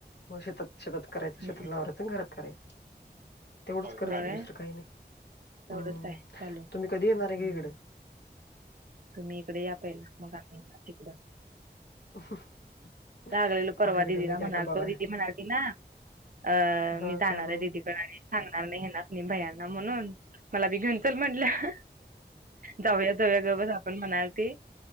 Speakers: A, on the left; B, on the right.
A: मग शेतात शेतात करायचं शेतात
B: हं.
A: लावरायचं आणि घरात करायचं तेवढंच करते
B: होय?
A: दुसरं काही नाही.
B: तेवढंच
A: हम्
B: आहे चालू.
A: तुम्ही कधी येणार आहे
B: हं.
A: इकडें
B: तुम्ही इकडे या पहिला मग आम्ही तिकडं
A: <unintelligible>
B: लागलेल परवा
A: अगं इकडं
B: दिदीला
A: लय काय
B: म्हणाल
A: काय बघाय
B: तो दिदी म्हणालती ना अ
A: हा
B: मी जाणार
A: काय म्हणून
B: आहे ददी सांगणार नाही ना म भयांना म्हणून मला बी घेऊन चल म्हटलं जाऊया जाऊया गवज आपण म्हणाती